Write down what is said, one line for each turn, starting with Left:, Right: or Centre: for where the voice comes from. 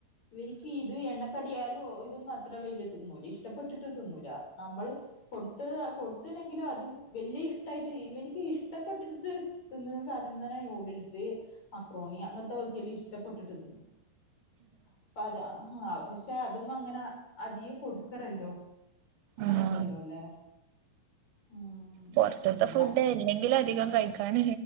Left: ഇവെർക്ക് ഇത് എണ്ണക്കടി ആയാലും ഇതൊന്നും അത്ര വല്യ തിന്നൂല. ഇഷ്ടപ്പെട്ടിട്ട് തിന്നൂല. നമ്മള് കൊടുത്ത് കൊടുത്ത്ണെങ്കിലു അത് വല്യ ഇഷ്ടായിട്ട് ഇവർക്ക് ഇഷ്ടപ്പെട്ടിടുത്ത് ത്തിന്നുന്ന സാധനം സ് പറ്ന്ന നൂഡിൽസ് മക്രോണി അങ്ങൻത്തെ പോലത്തില്ല ഇഷ്ടപ്പെട്ടിട്ട് തന്നുന്നു അപ്പ അത്. പക്ഷെ അതൊന്നും അങ്ങനെ അധികം കൊടുക്കറല്ലോ അങ്ങനെ
Right: ആഹ്
Left: ഇണ്ടല്ലോ അല്ലെ ഉം
Right: പൊറ്ത്ത്ത്തെ
Left: പിന്നെ
Right: ഫുഡ് അല്ലെങ്കിലു അധികം കഴിക്കാൻ